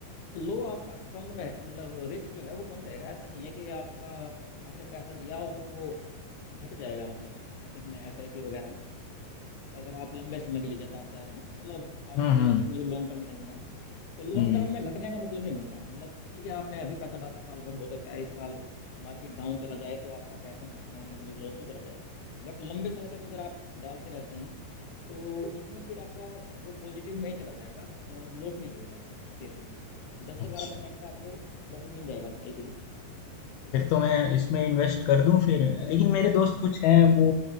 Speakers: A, on the left (about 70°); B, on the left (about 85°).
A: लो आपका कम रह मतलब रिस्क जो है वो कम रहेगा ऐसा नहीं है कि आपका आपने पैसा दिया हो तो वो घट जाएगा मतलब इसमें एसआईपी वगैरह में अगर आप लंबे समय के लिए जैसा आप जा रहे हैं ना मतलब आपने
B: हम्म
A: बोला
B: हम्म
A: कि मुझे लॉन्ग टर्म करना है तो लॉन्ग
B: हम्म
A: टर्म में घटने का मतलब नहीं बनता मतलब ठीक है आपने अभी पैसा डाला साल भर हो सकता है इस साल मार्केट डाउन चला जाए तो आपका पैसा नुकसान मतलब लॉस में चला जाए बट लंबे समय तक अगर आप डालते रहते हैं तो उसमें फिर आपका वो पॉजिटिव में ही चला जाएगा और लॉस नहीं होगा इस केस में भी दस से
B: अच्छा
A: बारह परसेंट का आपको प्रॉफिट मिल जाएगा इसमें इजीली
B: फिर तो मैं इसमें इन्वेस्ट कर दूं फिर लेकिन मेरे दोस्त कुछ हैं वो